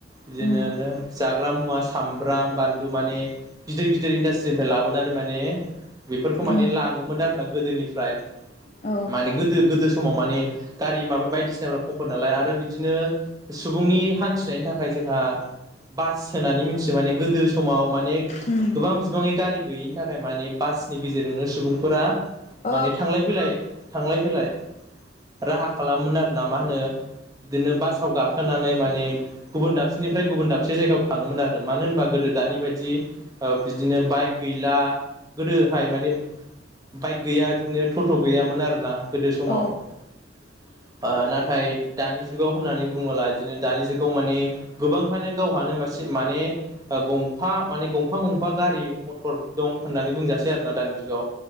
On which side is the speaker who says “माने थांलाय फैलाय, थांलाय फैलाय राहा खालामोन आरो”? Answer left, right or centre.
Right